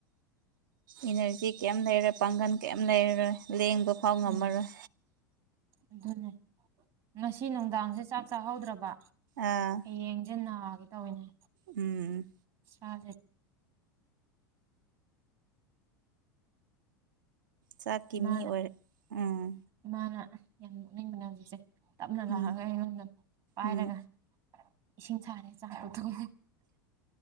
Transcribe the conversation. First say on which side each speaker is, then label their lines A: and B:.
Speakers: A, on the right; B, on the right.
A: ꯏꯅꯔꯖꯤ ꯀꯌꯥꯝ ꯂꯩꯔꯣꯏ ꯄꯥꯡꯒꯜ ꯀꯌꯥꯝ ꯂꯩꯔꯔꯣꯏ ꯂꯦꯡꯕ ꯐꯥꯎ ꯉꯝꯃꯔꯣꯏ
B: ꯎꯝ ꯑꯗꯨꯅꯦ ꯉꯁꯤ ꯅꯨꯡꯗꯥꯡꯁꯦ ꯆꯥꯛ ꯆꯥꯍꯧꯗ꯭ꯔꯕ
A: ꯑꯥ
B: ꯍꯌꯦꯡꯁꯦ ꯅꯥꯒꯦ ꯇꯧ ꯏꯅꯦ
A: ꯎꯝ
B: ꯁꯥ
A: ꯆꯥꯛꯀꯤ
B: ꯏꯃꯥꯅ
A: ꯃꯤ ꯑꯣꯏꯔ ꯎꯝ
B: ꯏꯃꯥꯅ ꯌꯥꯝ ꯅꯣꯛꯅꯤꯡꯕꯅꯦ ꯍꯧꯖꯤꯛꯁꯦ ꯇꯞꯅ ꯂꯥꯛꯑꯒ
A: ꯎꯝ
B: ꯑꯩꯉꯣꯟꯗ ꯄꯥꯏꯔꯒ
A: ꯎꯝ
B: ꯏꯁꯤꯡ ꯁꯥꯔꯦ ꯆꯥ ꯊꯣꯡ